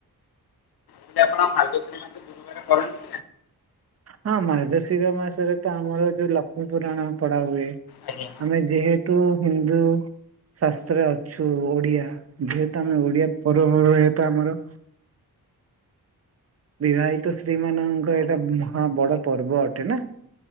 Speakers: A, on the left; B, on the right.
A: ଯଦି ଆପଣ <unintelligible>
B: ହଁ ମାର୍ଗଶିର ମାସରେ ତ ଆମର ଯୋଉ ଲକ୍ଷ୍ମୀ ପୁରାଣ ପଡ଼ା ହୁଏ।
A: ଆଜ୍ଞା
B: ଆମେ ଯେହେତୁ ହିନ୍ଦୁ ଶାସ୍ତ୍ରରେ ଅଛୁ ଓଡିଆ ଯେହେତୁ ଆମେ ଓଡିଆ ପର୍ବପର୍ବାଣି ତ ଆମର ବିବାହିତ ସ୍ତ୍ରୀ ମାନଙ୍କର ଏଇଟା ମହା ବଡ ପର୍ବ ଅଟେ ନା